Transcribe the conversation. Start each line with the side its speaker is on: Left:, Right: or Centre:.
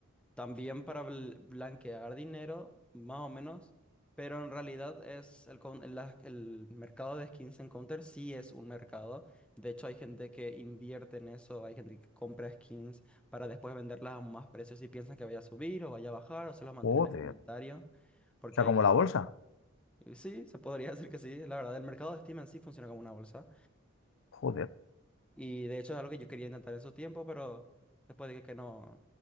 Centre: También para bl- blanquear dinero, más o menos, pero en realidad es el, con- la- el mercado de skins en Counter sí es un mercado. De hecho, hay gente que invierte en eso, hay gente que compra skins para después venderlas a más precios y piensan que vaya a subir o vaya a bajar o se los mantienen
Left: Joder.
Centre: en el inventario, porque
Left: O sea,
Centre: hay
Left: como
Centre: cosas.
Left: la bolsa.
Centre: Sí, se podría decir que sí. La verdad, el mercado de Steam en sí funciona como una bolsa.
Left: Joder.
Centre: Y de hecho es algo que yo quería intentar en su tiempo, pero después dije que no,